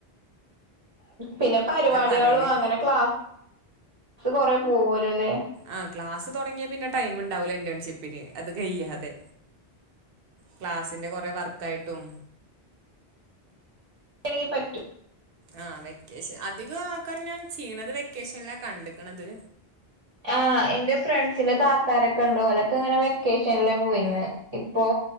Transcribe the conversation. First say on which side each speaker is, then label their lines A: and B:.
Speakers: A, on the right; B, on the right.
A: പിന്നെ പരിപാടികളും
B: പറയല്
A: അങ്ങനെ ക്ലാസ് കൊറെ പോവുല്ലല്ലേ
B: ആ ക്ലാസ് തുടങ്ങിയ പിന്നെ ടൈമുണ്ടാവില്ല ഇന്റേൺഷിപ്പിന് അതു കഴിയാതെ ക്ലാസിന്റെ കൊറെ വർക്കായിട്ടും
A: <unintelligible> പറ്റും
B: ആ വെക്കേഷൻ അധികം ആൾക്കാരും ഞാൻ ചെയ്യണേ വെക്കേഷൻല്ല കണ്ടക്കണത്
A: ആ എന്റെ ഫ്രണ്ട്സിന്റെ താത്താരൊക്കെ ഉണ്ട് യൊരൊക്കെ ഇങ്ങനെ വെക്കേഷനില പോയിന്ന് ഇപ്പൊ